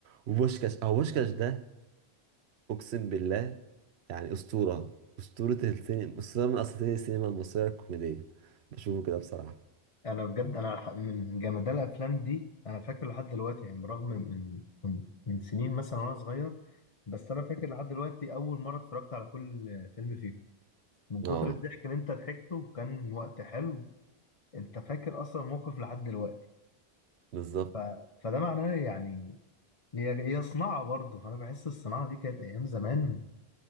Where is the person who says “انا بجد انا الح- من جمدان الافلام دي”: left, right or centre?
Left